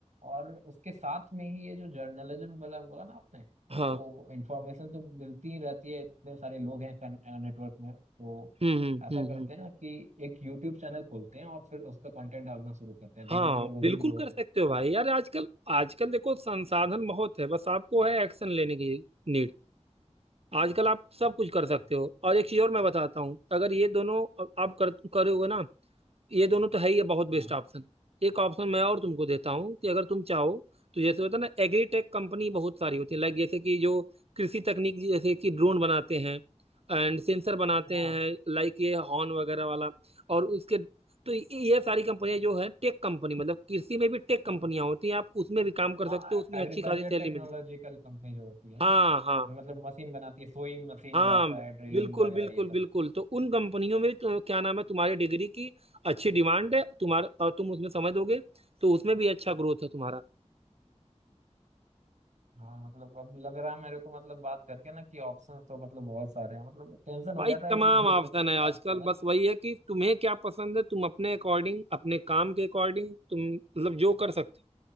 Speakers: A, on the right; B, on the right.
A: और उसके साथ में ही ये जो जर्नलिज्म वाला बोला ना आपने
B: हाँ
A: तो इंफॉर्मेशन तो मिलती ही रहती है इतने सारे लोग हैं नेटवर्क में तो
B: हम्म हम्म
A: ऐसा
B: हम्म
A: करते
B: हम्म
A: हैं ना कि एक यूट्यूब चैनल खोलते हैं और फिर उस पर कंटेंट डालना शुरू करते हैं
B: हाँ
A: धीरे धीरे वो
B: बिल्कुल
A: भी ग्रो
B: कर
A: होते
B: सकते हो भाई यार आजकल आजकल देखो संसाधन बहुत है बस आपको है एक्शन लेने की नीड आजकल आप सब कुछ कर सकते
A: रहेगा
B: हो और एक चीज और मैं बताता हूँ अगर ये दोनों आप कर करोगे ना ये दोनों तो है ही है बहुत बेस्ट
A: हाँ
B: ऑप्शन एक ऑप्शन मैं और तुमको देता हूँ कि अगर तुम चाहो तो जैसे होता है ना एग्रीटेक कंपनी बहुत सारी होती है लाइक जैसे कि जो कृषि तकनीक जैसे कि ड्रोन बनाते हैं एंड सेंसर बनाते
A: हाँ
B: हैं लाइक ये हॉर्न वगैरह वाला और उसके तो ये ये सारी कंपनियां जो है टेक कंपनी मतलब कृषि में भी टेक कंपनियां होती हैं आप उसमें भी काम कर
A: हाँ
B: सकते हो उसमें अच्छी
A: एग्रीकल्चर
B: खासी सैलरी
A: टेक्नोलॉजिकल
B: मिलती है
A: कंपनी जो होती है
B: हाँ
A: ना
B: हाँ
A: जो मतलब मशीन बनाती है सोइंग मशीन
B: हाँ
A: जो आता है ड्रिलिंग
B: बिल्कुल
A: वगैरह
B: बिल्कुल
A: ये
B: बिल्कुल
A: सब
B: तो उन कंपनियों में तो क्या नाम है तुम्हारी डिग्री की अच्छी डिमांड है तुम्हारा और तुम उसमें समझ दोगे तो उसमें भी अच्छा ग्रोथ है तुम्हारा
A: हाँ मतलब अब लग रहा है मेरे को मतलब बात करके ना कि ऑप्शन तो मतलब बहुत सारे हैं मतलब टेंशन
B: भाई
A: हो गया था
B: तमाम
A: इसी को लेकर
B: ऑप्शन
A: के कि
B: है आजकल
A: लास्ट ईयर है
B: बस
A: ना
B: वही है कि तुम्हें क्या पसंद है तुम अपने अकॉर्डिंग अपने काम के अकॉर्डिंग तुम मतलब जो कर सकते